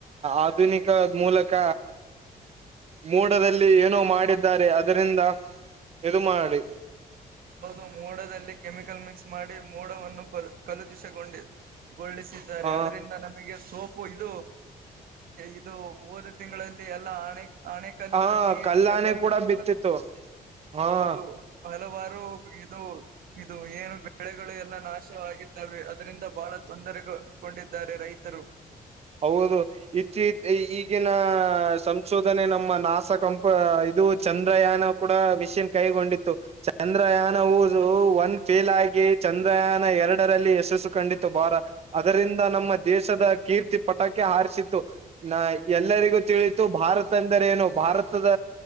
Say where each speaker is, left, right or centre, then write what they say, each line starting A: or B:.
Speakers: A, on the right; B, on the right.
A: ಆಧುನಿಕ ಮೂಲಕ ಮೂಡದಲ್ಲಿ ಏನೋ ಮಾಡಿದ್ದಾರೆ ಅದರಿಂದ ಇದು ಮಾಡಿ
B: ಹೌದು ಮೋಡದಲ್ಲಿ ಕೆಮಿಕಲ್ ಮಿಕ್ಸ್ ಮಾಡಿ ಮೋಡವನ್ನು ಕ ಕಲುತಿಸಕೊಂಡಿ ಗೊಳ್ಳಿಸಿ ದಾರೆ
A: ಹ
B: ಅದರಿಂದ ನಮಗೆ ಸೋ ಇದು ಇದು ಓದ ತಿಂಗಳಲ್ಲಿ ಎಲ್ಲಾ ಆಣೆ ಆಣೆ ಕಲ್ಲು
A: ಹ
B: ನೀರು
A: ಕಲ್ಲಾನೆ
B: ಎಲ್ಲಾ ಬಿತ್ತ
A: ಕೂಡ ಬಿತ್ತಿತ್ತು
B: ಗೊತ್ತು
A: ಹಾ
B: ಹೌದು ಹಲವಾರು <unintelligible> ಇದು ಇದು ಏನು ಬೆಳೆಗಳು ಎಲ್ಲಾ ನಾಶವಾಗಿದ್ದಾವೆ ಅದರಿಂದ ಬಹಳ ತೊಂದರೆಗೊಂಡಿದ್ದಾರೆ ರೈತರು
A: ಹೌದು. ಇಚ್ಚಿ ಈಗಿನ ಸಂಶೋಧನೆ ನಮ್ಮ ನಾಸ ಕಂಪ ಇದು ಚಂದ್ರಯಾನ ಕೂಡ ಮಷನ್ ಕೈಗೊಂಡಿತ್ತು ಚಂದ್ರಯಾನ ಊದು
B: ಹೌದು
A: ಒಂದ್ ಫೇಲ್ ಆಗಿ ಚಂದ್ರಯಾನ ಎರಡರಲ್ಲಿ ಯಶಸ್ಸು ಕಂಡಿತ್ತು ಬಾರ್ ಅದರಿಂದ ನಮ್ಮ ದೇಶದ ಕೀರ್ತಿ ಪತಾಕಿ ಹಾರಸಿತ್ತು ನಾ ಎಲ್ಲರಿಗೂ ತಿಳಿತು ಭಾರತ ಅಂದರೆ ಏನು ಭಾರತದ